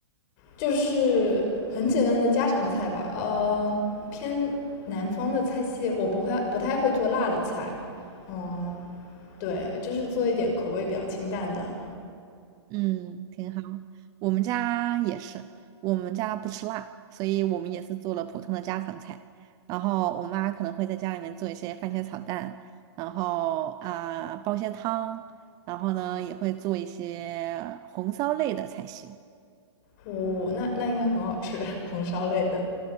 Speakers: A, on the left (about 40°); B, on the right (about 25°).
A: 就是很简单的家常菜吧。呃，偏南方的菜系，我不会不太会做辣的菜，嗯、对，就是做一点口味比较清淡的。
B: 嗯，挺好。我们家也是，我们家不吃辣，所以我们也是做了普通的家常菜。然后我妈可能会在家里面做一些番茄炒蛋，然后啊、煲些汤，然后呢也会做一些红烧类的菜系。
A: 哦，那那应该很好吃，<laughs> 红烧类的。